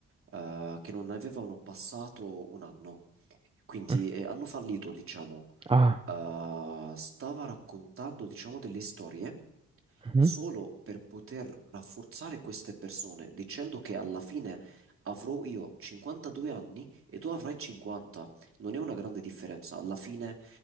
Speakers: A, on the right (about 45°); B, on the right (about 15°).
A: eh, che non avevano passato un anno, quindi
B: Mm.
A: eh, hanno fallito, diciamo.
B: Ah,
A: Eh, stava raccontando, diciamo, delle storie
B: mhm.
A: solo per poter rafforzare queste persone, dicendo che alla fine avrò io 52 anni e tu avrai 50. Non è una grande differenza. Alla fine,